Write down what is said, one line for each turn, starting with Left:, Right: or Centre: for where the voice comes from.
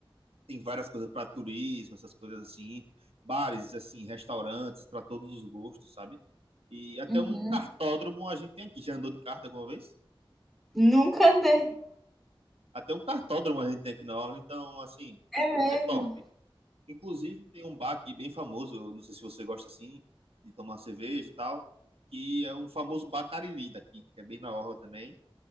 Right: tem várias coisas para turismo, essas coisas assim, bares, assim, restaurantes para todos os gostos, sabe? E até
Centre: uhum.
Right: um cartódromo a gente tem aqui. Já andou de kart alguma vez?
Centre: Nunca andei.
Right: Até um cartódromo a gente tem aqui na orla, então assim,
Centre: É mesmo.
Right: é top. Inclusive tem um bar aqui bem famoso, eu não sei se você gosta assim de tomar cerveja e tal, que é um famoso bar Cariri daqui, que é bem na orla também.